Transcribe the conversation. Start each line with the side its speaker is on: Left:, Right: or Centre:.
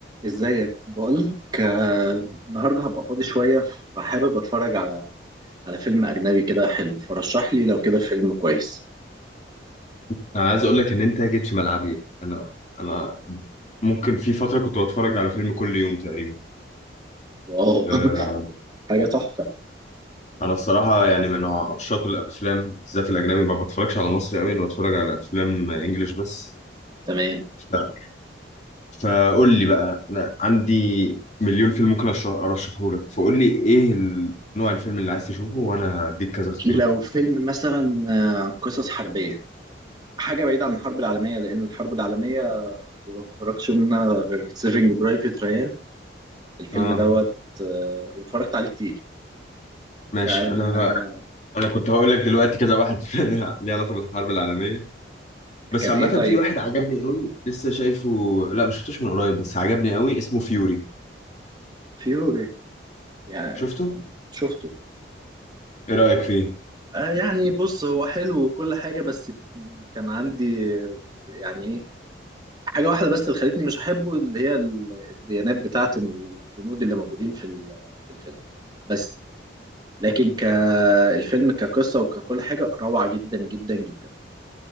Right: ازيك بقولك آه، النهارده هبقى فاضي شوية فحابب اتفرج على على فيلم أجنبي كده حلو فرشح لي لو كده فيلم كويس
Left: انا عايز اقول لك ان انت جيت في ملعبي انا انا ممكن في فتره كنت بتفرج على فيلم كل يوم تقريبا
Right: واو
Left: أه
Right: <laughs> حاجة تحفة
Left: انا الصراحه يعني من عشاق الافلام بالذات الاجنبي ما بتفرجش على مصري قوي انا بتفرج على افلام انجليش بس
Right: تمام
Left: ف- فقول لي بقى انا عندي مليون فيلم ممكن أرش- ارشحه لك فقول لي ايه ال- نوع الفيلم اللي عايز تشوفه وانا هديك كذا اختيار
Right: لو فيلم مثلا آه، قصص حربية حاجة بعيدة عن الحرب العالمية لأن الحرب العالمية ما اتفرجتش منها غير سيفنج برايفت ريان الفيلم
Left: اه
Right: دوت آه، واتفرجت عليه كتير فكان
Left: ماشي انا انا كنت هقول لك دلوقتي كذا واحد <laughs> ليه علاقه بالحرب العالميه بس
Right: إيه
Left: عامة
Right: طيب
Left: في واحد عجبني قوي لسه شايفه لا ما شفتوش من قريب بس عجبني قوي اسمه فيوري
Right: فيوري يعني
Left: شفته؟
Right: شفته
Left: ايه رأيك فيه؟
Right: آه، يعني بص هو حلو وكل حاجة بس كان عندي يعني ايه حاجة واحدة بس اللي خلتني مش أحبه اللي هي ال- الديانات بتاعة الجنود اللي موجودين في ال- في الفيلم بس لكن كالفيلم كقصة وككل حاجة روعة جدا جدا جدا